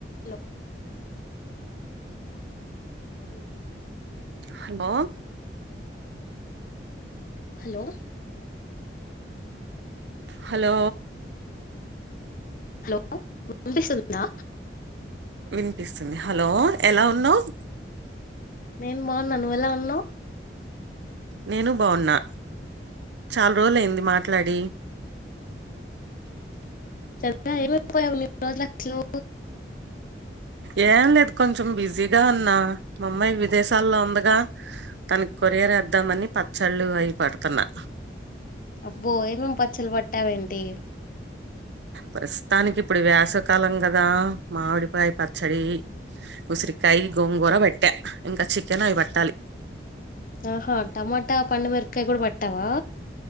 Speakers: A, on the left (about 50°); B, on the right (about 85°).
A: Hello జరు
B: hello
A: hello
B: hello
A: hello విన్నీపిస్తుందా
B: వినిపిస్తుంది హలో ఎలా ఉన్నావ్
A: నేను బాగున్నా నువ్వు ఎలా ఉన్నావు
B: నేను బావున్నా చాలా రోజులుయింది మాట్లాడి
A: ఏం అయ్యిపోయావు ఇన్ని రోజులు
B: ఏం లేదు కొంచెం బిజీగా ఉన్నా మా అమ్మాయి విదేశాల్లో ఉందిగా తనకి కో కొరియర్ వేద్దామని పచ్చళ్ళు అయి పడుతున్నా
A: అబ్బో ఏమేం పచ్చలు పట్టావేంటి
B: ప్రస్తుతానికి ఇప్పుడు వేసకాలం కదా మామిడికాయ పచ్చడి ఉసిరికాయ గోంగూర బట్ట ఇంకా చికెన్ అవి పట్టాలి
A: ఆహా టమాటా పండుమిరపకాయ కూడా పట్టవా